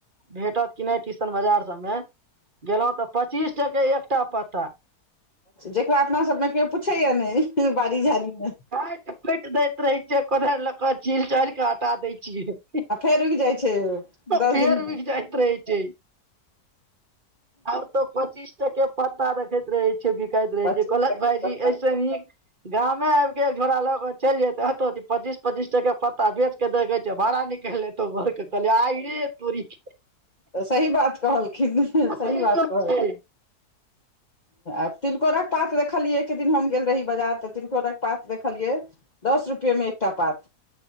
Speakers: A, on the right (about 35°); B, on the left (about 30°).
A: भेटत कि नहि बाजार सब में गेलों तऽ पच्चीस टके एकटा पत्ता
B: जेकरा अपना सबमे केओ पूछै या ने बाड़ी झाड़ी मे
A: काइटि खुइटि दैत रहे छ कोदायर ल क छिल छायल के हटा दै छियै
B: आ फेर रूकि जाइ छै दस
A: पेड़
B: दिन
A: रुकि जाइत रहै छै आब तो पच्चीस टके पत्ता रखैत रहे छै बिकाइत रहे
B: पच्चीस
A: छै कहलत
B: पच्चीस
A: भायजी
B: पत्ता
A: ऐसे ह गामे आब के एक झोड़ा लक चलि जयते त पचीस पचीस टके पत्ता बेच के द भाड़ा निकलि लेै बरके कहल आइे तोरी के
B: तऽ सही बात कहलखिन सही
A: आ
B: बात
A: गप
B: कहलखिन
A: <inaudible> <inaudible>
B: आब तिलकोरक पात देखलियै एक दिन हम गेल रही बाजार तऽ तिलकोरक पात देखलियै दस रुपे मे एकटा पात